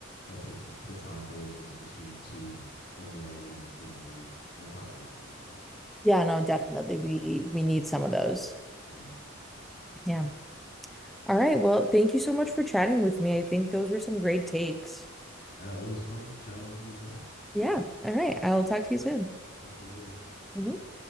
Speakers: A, on the left; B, in the centre.
A: a plat- platonic relationship between two a male lead and a female lead in a popular franchise. So
B: Yeah, no,
A: yeah.
B: definitely we we need some of those.
A: <laughs> yeah.
B: Yeah. All right. Well, thank you so much for chatting with me. I think those were some great takes.
A: Yeah, it was fun chatting with you as well.
B: Yeah. All right. I'll talk to you soon.
A: Talk to you later.
B: Mhm.